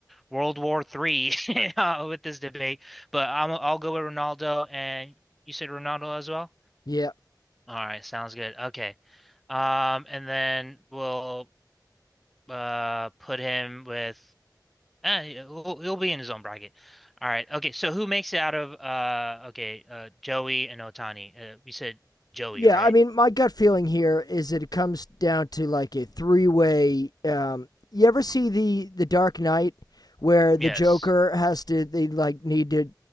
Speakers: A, in the centre; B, on the left.
A: World War Three <laughs> with this debate, but I'm I'll go with Ronaldo and you said Ronaldo as well?
B: Yeah,
A: All right, sounds good. Okay. Um, and then we'll uh put him with eh, he'll, he'll be in his own bracket. All right. Okay, so who makes it out of uh okay, uh Joey and Otani. Uh, we said Joey,
B: Yeah,
A: right?
B: I mean, my gut feeling here is that it comes down to like a three-way. Um, you ever see the the Dark Knight where
A: Yes.
B: the Joker has to they like need to